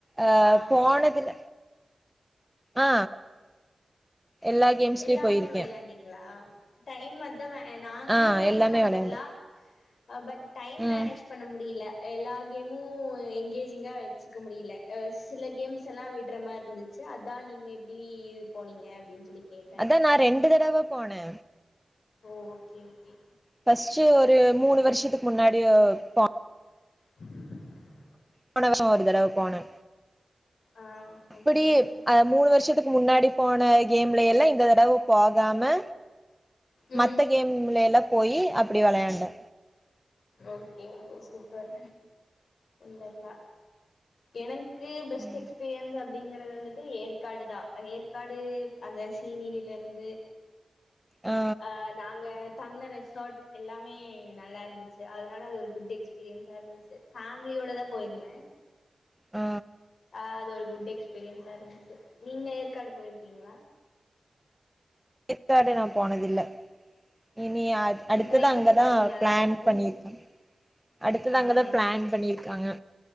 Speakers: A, in the centre; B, on the left.
A: அஹ்
B: ஆ
A: போனதுல ஆ எல்லா கேம்ஸ்லயு
B: எல்லாமே
A: போயிருக்கே
B: வெளையாண்டிங்ளா டைம் த நாங்ளு
A: ஆ
B: போயிருக்கேன்
A: எல்லாமே
B: வொண்டர்லா
A: வெளையாண்டே
B: பட் டைம்
A: ம்
B: மேனேஜ் பண்ண முடில எல்லா கேமும் என்ங்கேஜிங்கா வச்சுக்க முடில சில கேம்ஸ் எல்லாம் விட்ற மாரி இருந்துச்சு அதான் நீங்க எப்டி இது போனீங்க அப்டின்னு சொல்லி கேட்டே
A: அதான் நான் ரெண்டு தட தடவ போனே
B: ஓஹ் ஓக்கே ஓக்கே
A: ஃபர்ஸ்ட்டு ஒரு மூணு வருஷத்துக்கு முன்னாடியோ ப
B: <inaudible>
A: போன வருஷோ ஒரு தடவ போனே
B: ஆ
A: அப்டி
B: ஓகே ஓகே
A: அஹ் மூணு வருஷம் துக்கு முன்னாடி போன கேம்ல எல்லாம் இந்த தடவ போகாம
B: ம்
A: மத்த கேம்ல எல்லாம் போய் அப்டி விளையாண்டே
B: ஓக்கே ஓக்கே சூப்பர் தெர்ல எனக் கு பெஸ்ட்
A: ம்.
B: எஸ்பீரியன்ஸ் அப் அப்படிங்கிறது வந்துட்டு ஏற்காடுதான் ஏற்காடு அந்த சீனிரில இருந்து
A: ஆ
B: அஹ் நாங்க தங்ன ரெசார்ட் எல்லாமே நல்லா இருந்துச்சு அதனால அது ஒரு குட் எக்ஸ்பீரியன்ஸா இருந்துச்சு ஃபேமிலியோடதா போயிருந்தேன்
A: ஆ
B: ஆ அது ஒரு குட் எக்ஸ்பீரியன்ஸா இருந்துச்சு நீங்க ஏற்காடு போயிருக்கீங்ளா
A: ஏற்காடு நா போனதில்ல இனி அ அடுத்ததா
B: ட்ரை பண்ணி
A: அங்கதா
B: பாருங்க நல்லா
A: பிளான்
B: இருக்கு
A: பண்ணிருக்கேன் அடுத்தது
B: ஆ
A: அங்கதான் பிளான்
B: சூப்பர்
A: பண்ணிருக்காங்க